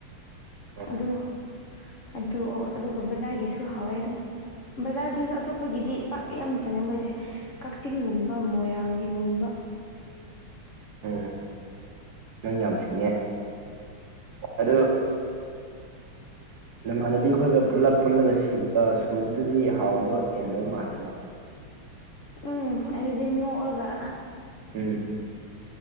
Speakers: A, on the right; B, on the left.
A: ꯑꯣ
B: ꯑꯗꯨ ꯑꯗꯨ ꯑꯗꯨꯒ ꯕꯖꯥꯔꯒꯤꯁꯨ ꯍꯝꯖꯥꯗꯨ ꯑꯩꯈꯣꯏꯒꯤꯗꯤ ꯄꯥꯛ ꯌꯥꯝ ꯆꯥꯅꯤꯡꯕ ꯍꯥꯏꯗꯤ ꯀꯛꯆꯤꯡꯒꯨꯝꯕ ꯃꯣꯏꯔꯥꯡꯒꯤꯒꯨꯝꯕ
A: ꯎꯝ ꯅꯪ ꯌꯥꯝꯁꯤꯉꯦ ꯑꯗ
B: ꯎ
A: ꯅꯃꯥꯟꯅꯕꯤ ꯑꯩꯈꯣꯏꯒ ꯄꯨꯜꯂꯞ ꯄꯨꯜꯂꯒ ꯁꯨꯕꯗꯨꯗꯤ ꯍꯥꯎꯕ ꯍꯦꯟꯗꯧ ꯃꯥꯜꯂꯦꯕ
B: ꯎꯝ ꯎꯝ ꯑꯗꯨꯗꯤ ꯅꯣꯛꯑꯒ
A: ꯎꯝ